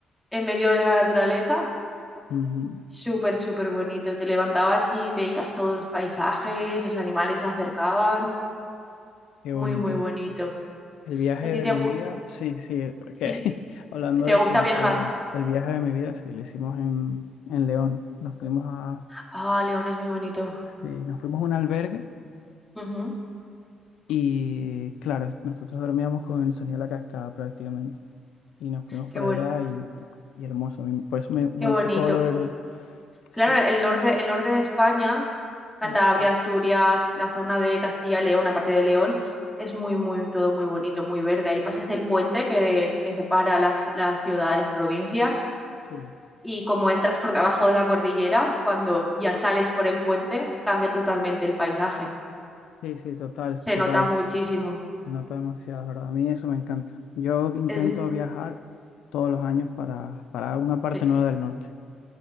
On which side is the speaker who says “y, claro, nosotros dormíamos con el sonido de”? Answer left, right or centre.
Left